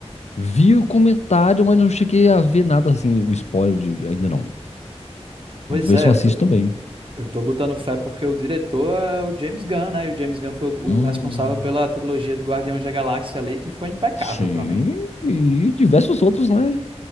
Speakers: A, on the left (about 80°); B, on the right (about 50°).
A: Vi o comentário, mas não cheguei a ver nada assim, o spoiler de- ainda não.
B: Pois
A: Vou ver
B: é,
A: se eu
B: eu
A: assisto
B: tô.
A: também.
B: Eu tô botando fé porque o diretor é o James Gunn, né? E o James Gunn foi o,
A: Hum,
B: o responsável pela trilogia de Guardiões da Galáxia ali, que foi impecável
A: sim,
B: pra mim.
A: e diversos outros, né?